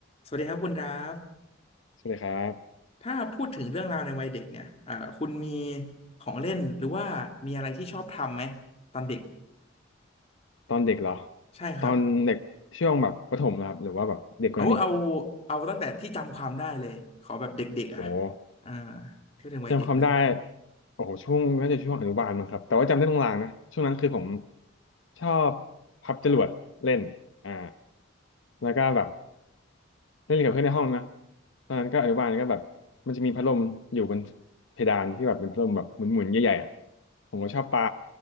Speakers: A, on the left (about 30°); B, on the left (about 70°).
A: สวัสดีครับคุณดราฟ
B: สวัสดีครับ
A: ถ้าพูดถึงเรื่องราวในวัยเด็กเนี่ยอ่าคุณมีของเล่นหรือว่ามีอะไรที่ชอบทำไหมตอนเด็ก
B: ตอนเด็กเหรอ
A: ใช่ครับ
B: ตอนเด็กช่วงแบบประถมนะครับหรือว่าแบบเด็กกว่านั้นอีก
A: เอาเอาเอาตั้งแต่ที่จำความได้เลยขอแบบเด็กๆอ่ะ
B: โอ้โห
A: อ่าพูดถึงวัยเด็กเลย
B: จำความได้โอ้โหช่วงน่าจะช่วงอนุบาลมั้งครับแต่ว่าจำได้ตรงลางๆนะช่วงนั้นคือผมชอบพับจรวดเล่นอ่าแล้วก็แบบ เล่นกับเพื่อนในห้องนะตอนนั้นก็อนุบาลก็แบบมันจะมีพัดลมอยู่บนเพดานที่แบบเป็นพัดลมแบบหมุนๆใหญ่ๆอ่ะผมก็ชอบปา